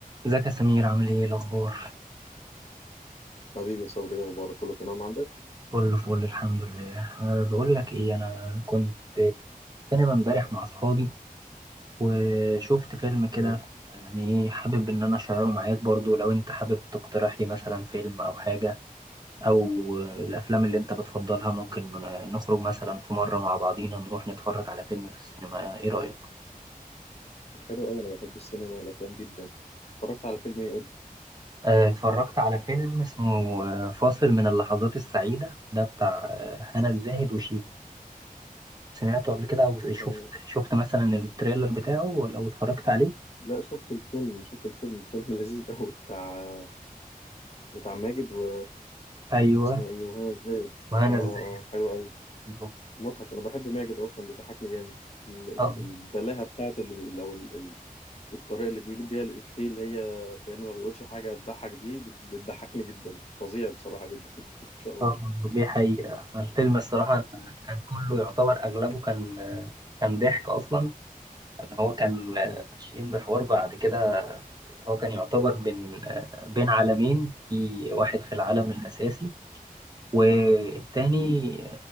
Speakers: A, on the right; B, on the left.
A: ازيك يا سمير عامل ايه إيه الاخبار
B: حبيبي يا صبري ايه اخبارك كله تمام عندك
A: كله فل الحمد لله أه بقول لك ايه انا كنت في سينما امبارح مع اصحابي وشفت فيلم كده
B: تمام
A: يعني ايه حابب ان انا اشعره معاك برضو لو انت حابب تقترح لي مثلا فيلم او حاجه او الافلام اللي انت بتفضلها ممكن نخرج مثلا في مره مع بعضينا نروح نتفرج على فيلم في السينما ايه رايك
B: حلو قوي انا بحب السينما والافلام جدا اتفرجت على فيلم ايه قول لي
A: أه اتفرجت على فيلم اسمه آه، فاصل من اللحظات السعيده ده بتاع آه، هنا الزاهد وشيكو سمعته قبل كده او شفت
B: آه
A: شفت مثلا التريلر بتاعه ولا او اتفرجت عليه
B: لا شفت الفيلم شفت الفيلم فيلم <laughs> لذيذ قوي بتاع بتاع ماجد و
A: ايوه
B: اسمها ايه وهنا الزاهد
A: وهنا
B: اه اه
A: ازاي
B: اه حلو قوي
A: بالظبط.
B: مضحك انا بحب ماجد اصلا بيضحكني جامد ال ال
A: اه
B: البلاهه بتاعته اللي بي... لو ال ال الطريقه اللي بيقول بيها الافيه اللي هي كأنه ما بيقولش حاجه تضحك دي بت- بتضحكني جدا فظيع بصراحه جدا <laughs> ان شاء الله
A: اه
B: عليك.
A: دي حقيقة الفيلم الصراحة كان كله يعتبر اغلبه كان كان ضحك اصلا ان هو كان
B: مم.
A: ماشيين بحوار بعد كده هو كان يعتبر بين بين عالمين في واحد في العالم
B: مم.
A: الاساسي والتاني
B: مم.